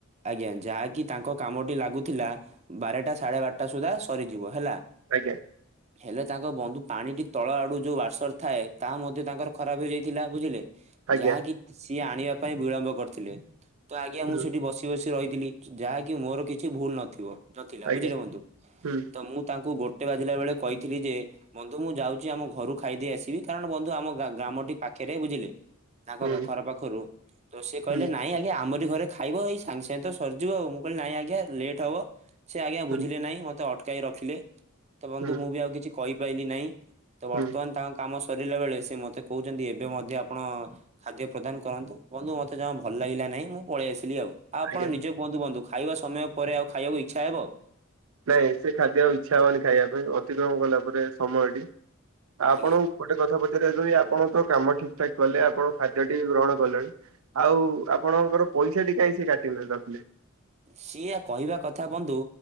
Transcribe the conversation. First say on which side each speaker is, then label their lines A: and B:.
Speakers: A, on the right; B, on the right.
A: ଆଜ୍ଞା ଯାହାକି ତାଙ୍କ କାମଟି ଲାଗୁଥିଲା, ବାରଟା ସାଢେ ବାରଟା ସୁଦ୍ଧା ସରିଯିବ ହେଲା।
B: ଆଜ୍ଞା
A: ହେଲେ ତାଙ୍କ ବନ୍ଧୁ ପାଣିଟି ତଳ ଆଡୁ ଯୋଉ ୱାସର ଥାଏ, ତାହା ମଧ୍ୟ ତାଙ୍କର ଖରାପ ହେଇଯାଇଥିଲା ବୁଝିଲେ।
B: ଆଜ୍ଞା
A: ଯାହାକି ସିଏ ଆଣିବା ପାଇଁ ବିଳମ୍ବ କରିଥିଲେ। ତ ଆଜ୍ଞା
B: ହୁଁ
A: ମୁଁ ସେଠି ବସି <unintelligible> ରହିଥିଲି ଯାହାକି ମୋର କିଛି ଭୁଲ ନଥିବ ନଥିଲା
B: ଆଜ୍ଞା
A: ବୁଝିଲେ ବନ୍ଧୁ।
B: ହୁଁ
A: ତ ମୁଁ ତାଙ୍କୁ ଗୋ ଗୋଟେ ବାଜିଲା ବେଳେ କହିଥିଲି ଯେ, ବନ୍ଧୁ ମୁଁ ଯାଉଛି ଆମ ଘରୁ ଖାଇଦେଇ ଆସିବି। କାରଣ ବନ୍ଧୁ ଆମ ଗାଁ ଗ୍ରାମଟି ପାଖରେ ବୁଝିଲେ। ତାଙ୍କ
B: ହୁଁ
A: ଘର ପାଖରୁ ତ ସେ କହିଲେ
B: ହୁଁ
A: ନାଇଁ ଆଜ୍ଞା ଆମରି ଘରେ ଖାଇବ। ଏଇ ସ ସାଙ୍ଗେ ସାଙ୍ଗେ ତ ସରିଯିବ, ଆଉ ମୁଁ କହିଲି ନାଇଁ ଆଜ୍ଞା ଲେଟ୍ ହେବ ସେ ଆଜ୍ଞା
B: ହୁଁ
A: ବୁଝିଲେ ନାହିଁ। ମୋତେ ଅଟକାଇ ରଖିଲେ ତ ବନ୍ଧୁ
B: ହୁଁ
A: ମୁଁ ବି ଆଉ କିଛି କହିପାଇଲି ନାହିଁ। ତ
B: ହୁଁ
A: ବର୍ତ୍ତମାନ ତାଙ୍କ କାମ ସ ସରିଲା ବେଳେ ସେ ମତେ କହୁଛନ୍ତି ଏବେ ମଧ୍ୟ ଆପଣ ଖାଦ୍ୟ ପ୍ରଦାନ କରନ୍ତୁ, ବନ୍ଧୁ ମତେ ଜମା ଭଲ ଲାଗିଲା ନାଇଁ ମୁଁ ପଳେଇ ଆସିଲି ଆଉ, ଆଉ
B: ଆଜ୍ଞା
A: ଆପଣ ନିଜେ କୁହନ୍ତୁ ବନ୍ଧୁ ଖାଇବା ସମୟ ପରେ ଆଉ ଖାଇବାକୁ ଇଚ୍ଛା ହେବ।
B: ନାଇଁ ସେ ଖାଦ୍ୟ ଆଉ ଇଚ୍ଛା ହବନି ଖାଇବା ପାଇଁ, ଅତିକ୍ରମ କଲା ପରେ ସମୟଟି। ଆ ଆପଣ
A: ଆଜ୍ଞା
B: ଗୋଟେ କଥା ପ ଯଦି ଆପଣ ତ କାମ ଠିକ ଠାକ କଲେ, ଆପଣ ଖାଦ୍ୟଟି ଗ୍ରହଣ କଲେ। ଆଉ ଆପଣଙ୍କର ପଇସାଟି କାହିଁ ସେ କାଟିଲେ ରଖିଲେ?
A: ସିଏ କହିବା କଥା ବନ୍ଧୁ